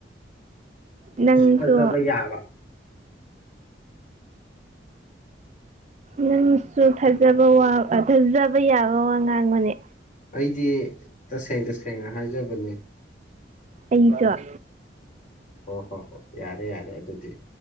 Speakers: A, on the right; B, on the left.
A: ꯅꯪꯁꯨ
B: ꯐꯖꯕ
A: <unintelligible>
B: ꯌꯥꯕ
A: ꯅꯪꯁꯨ ꯊꯥꯖꯕ ꯋꯥ ꯑ ꯊꯥꯖꯕ ꯌꯥꯕ ꯋꯥ ꯉꯥꯡꯉꯨꯅꯦ
B: ꯑꯩꯗꯤ ꯇꯁꯦꯡ ꯇꯁꯦꯡꯅ ꯍꯥꯏꯖꯕꯅꯦ
A: ꯑꯩꯁꯨ <unintelligible>
B: ꯑꯣ ꯍꯣ ꯍꯣ‌ ꯌꯥꯔꯦ ꯌꯥꯔꯦ ꯑꯗꯨꯗꯤ